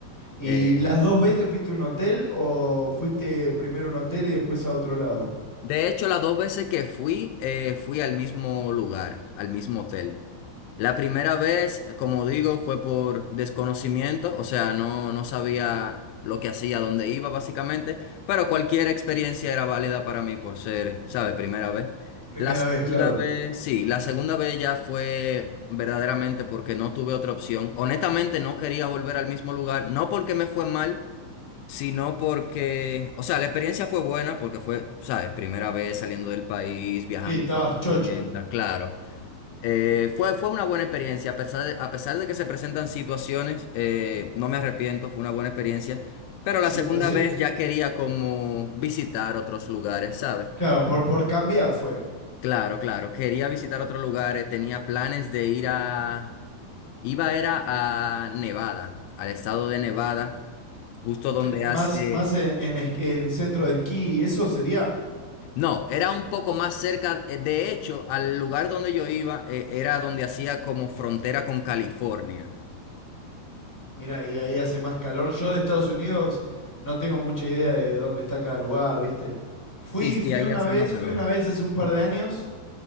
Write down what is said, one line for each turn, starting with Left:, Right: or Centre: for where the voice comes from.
Centre: ¿Y
Left: Eh,
Centre: las dos veces fuiste a un hotel o fuiste primero a un hotel y después a otro lado?
Left: De hecho, las dos veces que fui, eh, fui al mismo lugar, al mismo hotel. La primera vez, eh, como digo, fue por desconocimiento, o sea, no, no sabía lo que hacía, dónde iba, básicamente, pero cualquier experiencia era válida para mí por ser, ¿sabe? Primera vez.
Centre: Primera
Left: La segunda
Centre: vez, claro.
Left: vez, sí, la segunda vez ya fue verdaderamente porque no tuve otra opción. Honestamente, no quería volver al mismo lugar, no porque me fue mal sino porque, o sea, la experiencia fue buena porque fue, ¿sabes? Primera vez saliendo del país, viajando
Centre: Sí, estabas
Left: por mi
Centre: chocho.
Left: cuenta, claro. Eh, fue, fue una buena experiencia, a pesar de, a pesar de que se presentan situaciones, eh, no me arrepiento, fue una buena experiencia, pero la
Centre: Situación,
Left: segunda vez ya quería como visitar otros lugares, ¿sabes?
Centre: claro, por, por cambiar fue.
Left: Claro, claro, quería visitar otros lugares, tenía planes de ir a, iba era a Nevada, al estado de Nevada, justo donde
Centre: Que-
Left: hace...
Centre: Más, más en, en es- en centro de esquí, ¿eso sería?
Left: No, era un poco más cerca. eh, De hecho, al lugar donde yo iba, eh, era donde hacía como frontera con California.
Centre: Mira, y ahí hace más calor. Yo de Estados Unidos no tengo mucha idea de dónde está cada lugar, ¿viste? Fui,
Left: Sí, sí,
Centre: fui
Left: ahí
Centre: una
Left: hace
Centre: vez,
Left: más calor.
Centre: fui una vez hace un par de años